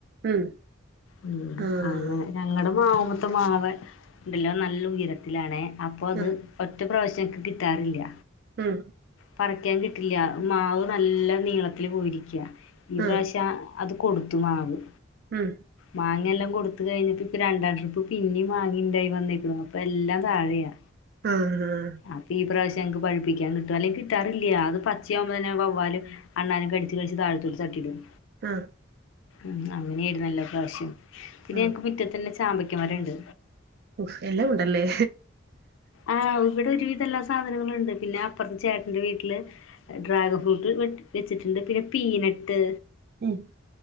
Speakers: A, on the right; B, on the left.
A: ഉം
B: ഉം
A: ആഹ്
B: അങ്ങനെ ഞാ ഞങ്ങളടെ മാവ്മത്തെ മാവ് ഉണ്ടല്ലോ അഅ് നല്ല ഉയരത്തിലാണ അപ്പൊ അത്.
A: ആഹ്
B: ഒറ്റ പ്രാവശ്യം എന്ക്ക് കിട്ടാറില്ല.
A: ഉം.
B: പറിക്കാൻ കിട്ടില്ല മാവ് നല്ല നീളത്തില് പോയിരിക്കൃ ഈ
A: ആഹ്
B: പ്രാശ്യം. അത് കൊട്ത്തു മാവ്.
A: ഉം.
B: മാങ്ങ എല്ലാം കൊട്ത്ത് കഴിഞ്ഞപ്പ ഇപ്പൊ രണ്ടാം ട്രിപ്പ് പിന്നിം മാങ്ങ ഇണ്ടായി വന്നേക്ക എല്ലാം താഴെയാ.
A: ആഹ് ആഹ്
B: അപ്പം ഈ പ്രാവശ്യംങ്ങക്ക് പഴിപ്പിക്കൻ കിട്ടും അല്ലെങ്കിൽ കിട്ടാറില്ല അത് പച്ചയാകുമ്പോ തന്നെ വവ്വാല്. അണ്ണാനും കട്ച്ച കഴിച്ച് താഴത്തോട്ട് തട്ടിടും.
A: ആഹ്.
B: ഉം അങ്ങനെയായിര്ന്നല്ലോ ഇപ്രാവശ്യം പിന്നെ
A: ആഹ്
B: ഞങ്ങക്ക് മിറ്റത്തന്നെ ചാമ്പയ്ക്ക മരണ്ട്.
A: ഒ എല്ലാം ഉണ്ടല്ലേ?
B: ആഹ് ഇവിടെ ഒരുവിധ എല്ലാ സാധനങ്ങളുണ്ട് പിന്നെ അപ്പറ്ത്ത് ചേട്ട എന്റെ വീട്ടില് ഡ്രാഗൺ ഫ്രൂട്ട് വെ വെച്ചിട്ടുണ്ട് പിന്നെ പീനട്ട്.
A: ഉം.